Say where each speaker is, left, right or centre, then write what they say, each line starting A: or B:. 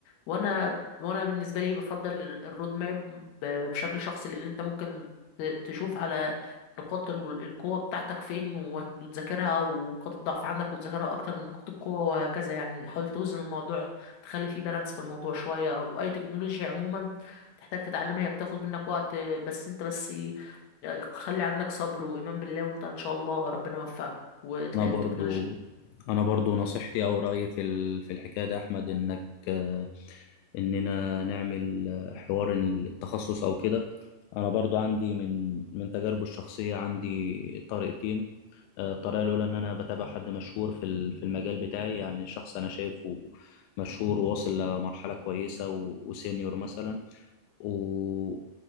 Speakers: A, on the left (about 70°); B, on the left (about 85°).
A: وانا وانا بالنسبه لي بفضل الرود ماب ب- بشكل شخصي لان انت ممكن ت- تشوف على نقاط ال- القوة بتاعتك فين وت- وتذاكرها ونقاط الضعف عندك وتذاكرها أكتر من نقاط القوة وهكذا يعني حاول توزن الموضوع تخلي فيه بالانس في الموضوع شوية وأي تكنولوجيا عموما تحتاج تتعلمها هي بتاخد منك وقت بس أنت بس خلي عندك صبر وإيمان بالله وأنت إن شاء الله ربنا يوفقك وتلاقي
B: انا برضو
A: التكنولوجيا
B: انا برضو نصيحتي او رايي في ال- في الحكايه ده يا احمد انك آه، اننا نعمل آه، حوار التخصص او كده انا برضو عندي من من تجاربي الشخصيه عندي طريقتين آه، الطريقة الأولى إن أنا بتابع حد مشهور في ال- في المجال بتاعي يعني شخص أنا شايفه مشهور وواصل لمرحلة كويسة و- وسينيور مثلا و... و...